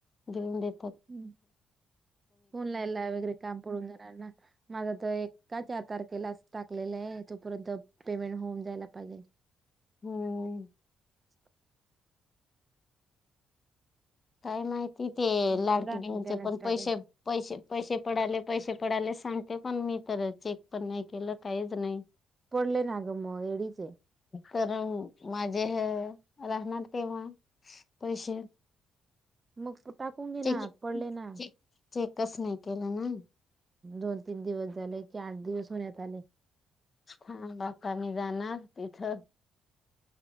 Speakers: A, on the left; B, on the right.
A: घेऊन देत
B: हम् फऊनला एला वगरे कामपडून देणार ना माझा त एका चार तारखेला असत टाकलेलं आहे तोपर्यंत पेमेंट होऊन जायला पाहिजे
A: हम्म
B: <inaudible>
A: काय माहिती ते
B: मेंटेनन्स
A: लाडकी बहिणीचे पण
B: टाकेल
A: पैसे पैसे पैसे पडाले पैसे पडाले सांगते पण मी तर चेक पण नाही केलं काहीच नाही
B: पडले ना ग मग एडीच आहे
A: तर माझे हे राहणार तेव्हा पैसे
B: मग तू टाकून घे
A: चेक
B: ना पडले ना
A: चेक चेकच नाही केलं ना
B: दोन तीन दिवस झाले की आठ दिवस होण्यात आले.
A: हां बाका मी जाणार तिथ